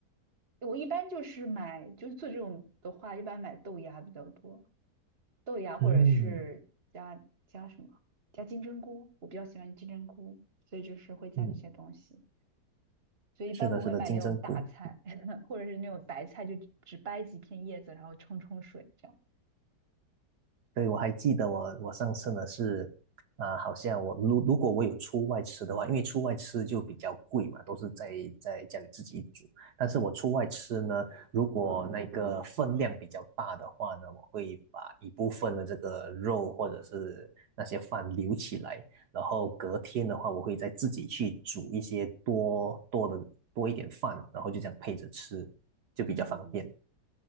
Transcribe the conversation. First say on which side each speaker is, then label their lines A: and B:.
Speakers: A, on the right; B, on the right.
A: 我一般就是买，就是做这种的话，一般买豆芽比较多，豆芽或者是加加什么，
B: 嗯
A: 加金针菇，我比较喜欢金针菇，所以就是会加这些东西，
B: 嗯，
A: 所以一般不会买那种大菜，
B: 是的，是的，金针菇。
A: <laughs> 或者是那种白菜，就只只掰几片叶子，然后冲冲水这样。
B: 对，我还记得我我上次呢是，啊，好像我如如果我有出外吃的话，因为出外吃就比较贵嘛，都是在在家里自己煮。但是我出外吃呢，如果那个分量比较大的话呢，我会把一部分的这个肉或者是那些饭留起来，然后隔天的话，我会再自己去煮一些多多的多一点饭，然后就这样配着吃，就比较方便，
A: 嗯。